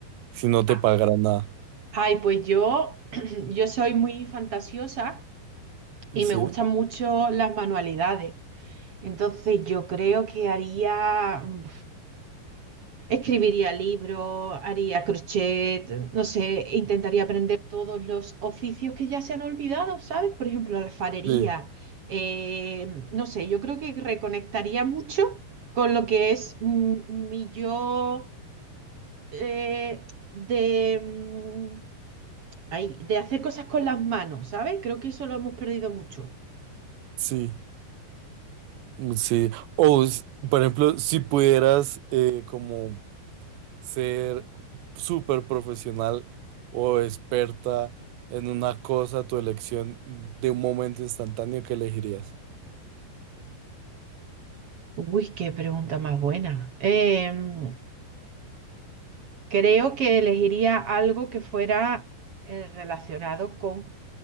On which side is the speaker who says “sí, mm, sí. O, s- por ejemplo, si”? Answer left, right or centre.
Right